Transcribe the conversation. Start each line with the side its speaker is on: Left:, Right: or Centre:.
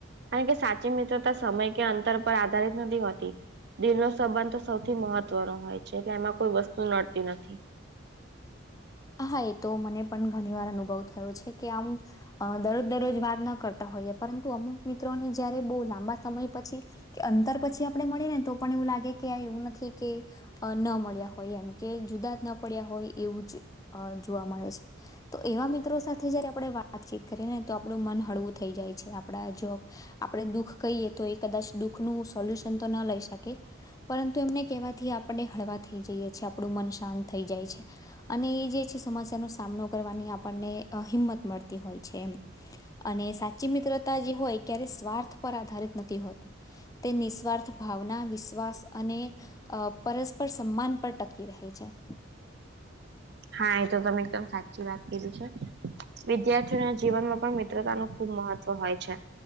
Right: કારણ કે, સાચી મિત્રતા સમય કે અંતર પર આ નથી હોતી, દિલ નો સંબંધ તો સૌથી મહત્વનો હોય છે, એટલે એમાં કોઈ વસ્તુ નડતી નથી.
Left: હા, એ તો મને પણ ઘણી વાર અનુભવ થયો છે કે, આમ અહ દરરોજ દરરોજ વાત ન કરતા હોઈએ, પરંતુ અમુક મિત્રોને જયારે બહુ લાંબા સમય પછી કે અંતર પછી આપડે મળી ને, તો પણ એવું લાગે કે, આ એવું નથી કે અહ ન મળ્યા હોય, એમ કે જુદા જ ન પડ્યા હોય, એવું જ અહ જોવા મળે છે. તો એવા મિત્રો સાથે જયારે આપડે વાતચીત કરીએ ને તો, આપડું મન હળવું થઈ જાય છે, આપડા જો આપડે દુઃખ કહીએ તો, એ કદાચ દુઃખ નો સોલ્યુશન તો ના લઈ શકે. પરંતુ એમને કેહેવાથી, આપડે હળવા થઈ જઈએ છીએ, આપડું મન શાંત થઈ જાય છે. અને એ જે છે, સમસ્યાનો સામનો કરવાની આપણને અહ હિંમત મળતી હોય છે એમ. અને સાચી મિત્રતા જે હોય, ક્યારે સ્વાર્થ પર આધારિત નથી હોતી. તે નિસ્વાર્થ ભાવના, વિશ્વાસ અને અહ પરસ્પર સમાન પર ટકી રહે છે.
Right: હા, એ તો તમે એકદમ સાચી વાત કીધી છે, વિદ્યાર્થીઓના જીવનમાં પણ મિત્રતાનું ખૂબ મહત્વ તો હોય છે,